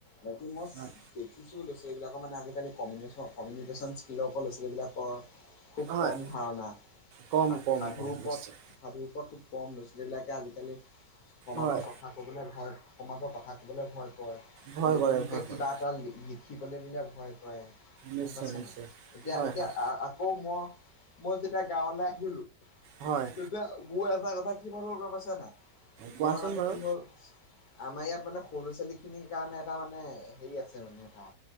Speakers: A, on the left (about 60°); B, on the right (about 85°).
A: বাকী মই
B: হয়
A: দেখিছো, লৈছো, এইবিলাকৰ মানে আজি আজিকালি কমিউশ্যন, কমিউনিকেশ্যন স্কিলৰ ওপৰত ল'ৰা-ছোৱালী বিলাকক কয়। খুব
B: হয়
A: কম ধাৰণা,
B: কম
A: সা-সাধুৰ
B: কম কম
A: ওপৰত
B: নিশ্চয়
A: সাধুৰ ওপৰত খুব কম, ল'ৰা-ছোৱালীবিলাকে আজিকালি, সমাজৰ
B: হয়
A: কথা ক'বলৈ ভয়, সমাজৰ কথা ক'বলে ভয় কৰে।
B: ভয়
A: নতুনকৈ
B: কৰে ভয়
A: কিবা
B: কৰে
A: এটা লিখিবলৈ দিলে ভয় কৰে।
B: নিশ্চয়
A: গম পাইছে
B: নিশ্চয়
A: নাই। এতিয়া,
B: হয়
A: এতিয়া
B: হয়
A: আ-আকৌ মই, মই যেতিয়া গাঁৱলৈ আহিলোঁ
B: হয়
A: তেতিয়া মোৰ এটা কথা কি ভাবিলোঁ গম পাইছা নাই।
B: কোৱাচোন
A: মই মানে
B: বাৰু
A: কি হ'ল, আমাৰ ইয়াত মানে সৰু ল'ৰা ছোৱালী খিনিৰ কাৰণে এটা মানে, হেৰি আছে আৰু। মানে এটা,